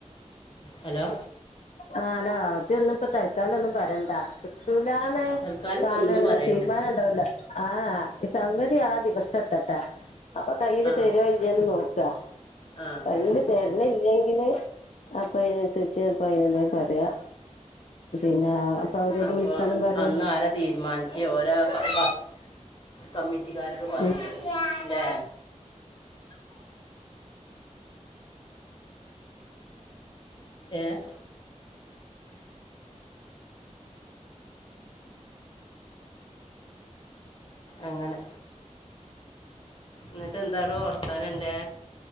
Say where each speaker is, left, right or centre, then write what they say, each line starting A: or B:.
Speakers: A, on the left (about 40°); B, on the left (about 65°).
A: ഹലോ
B: ആ ഹലോ ജ് ഒന്നും ഇപ്പ തത്കാലം ഒന്നും പറയണ്ട ല്ലാന്ന്
A: തൽക്കാലം ഇപ്പം
B: കാണം
A: ഒന്നും
B: അങ്ങനെ
A: പറയണ്ടേ
B: തീരുമാനം ഉണ്ടാവില്ല. ആഹ് ഈ സൗകര്യം ആ ദിവസം എത്തട്ടാ അപ്പൊ കയ്യിയില്
A: ആ
B: തരുവോ ഇല്ലേന്ന് നോക്കുക.
A: ആ
B: കയ്യില് തരണില്ലെങ്കില് അപ്പൊ അതിനനുസരിച്ച് അപ്പൊ അയിന് എന്തേലും പറയാ പിന്നാ അപ്പൊ അവരോട്
A: അപ്പോൾ
B: വിളിക്കാനും പറയാ
A: അന്ന് ആരാ തീരുമാനിച്ച് ഓരോ ക- കമ്മിറ്റിക്കാരോട് പറയും
B: ഉം
A: അല്ലേ ഏഹ് അങ്ങനെ എന്നിട്ട് എന്താട ഓർത്താന എൻറെ